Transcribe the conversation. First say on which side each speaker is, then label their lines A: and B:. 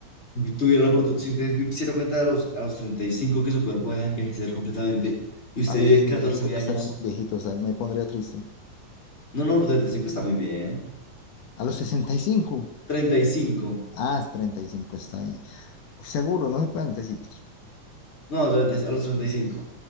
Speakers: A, on the left; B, on the left.
A: tuviera la oportunidad, si usted se diera cuenta a los, a los 35 que su cuerpo deja de envejecer completamente y usted
B: A los
A: vive
B: 65
A: catorce mil
B: ya
A: años?
B: estaría muy viejito, o sea, me pondría triste.
A: No, no, los 35 está muy bien,
B: A los sesenta y cinco
A: treinta y cinco
B: Ah, es treinta y cinco está bien. Seguro, no se pueden tecitos.
A: No, 30 a los treinta y cinco